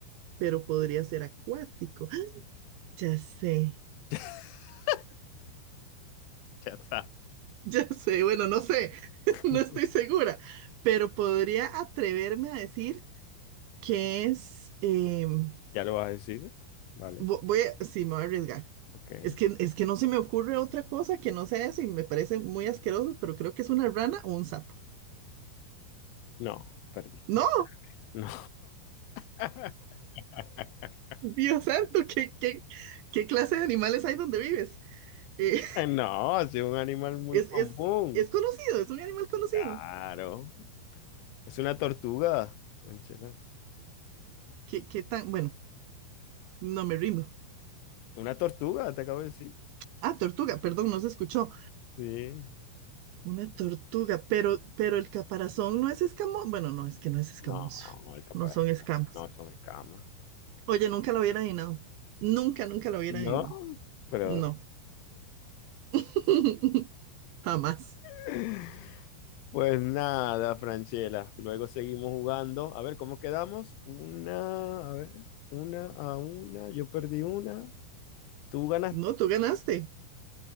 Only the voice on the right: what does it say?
pero podría ser acuático. <gasps> Ya sé,
<laughs> ya sé, bueno, no sé, <laughs>
no estoy segura, pero podría atreverme a decir que es, em,
vo- voy a, sí, me voy a arriesgar.
Es que, es que no se me ocurre otra cosa que no sea eso y me parece muy asqueroso, pero creo que es una rana o un sapo.
No.
Dios santo, ¿qué, qué, qué clase de animales hay donde vives? Eh,
<laughs>
es,
es, es conocido, es un animal conocido.
¿Qué, qué tan? Bueno, no me rindo.
Ah, tortuga, perdón, no se escuchó.
Una tortuga, pero, pero el caparazón no es escamoso. Bueno, no, es que no es escamoso.
No son escamas.
Oye, nunca lo hubiera adivinado. Nunca, nunca lo hubiera
adivinado.
No. <laughs> Jamás.
No, tú ganaste,